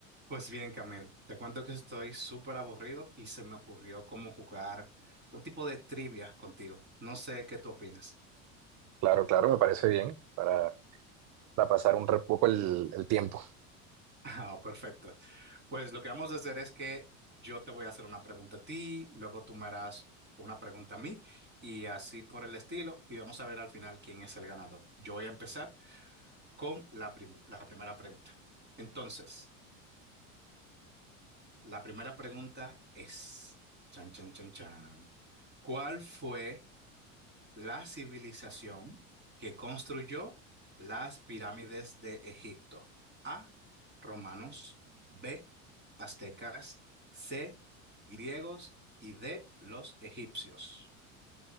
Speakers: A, on the right (about 25°); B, on the right (about 45°).
A: Pues bien, Camil, te cuento que estoy súper aburrido y se me ocurrió cómo jugar un tipo de trivia contigo. No sé qué tú opinas.
B: Claro, claro, me parece bien para, para pasar un re- poco el, el tiempo.
A: <laughs> Ah, perfecto. Pues lo que vamos a hacer es que yo te voy a hacer una pregunta a ti, luego tú me harás una pregunta a mí y así por el estilo. Y vamos a ver al final quién es el ganador. Yo voy a empezar con la prim- la primera pregunta. Entonces, la primera pregunta es, chan, chan, chan, chan. ¿Cuál fue? la civilización que construyó las pirámides de Egipto. A, romanos, B, aztecas, C, griegos y D, los egipcios.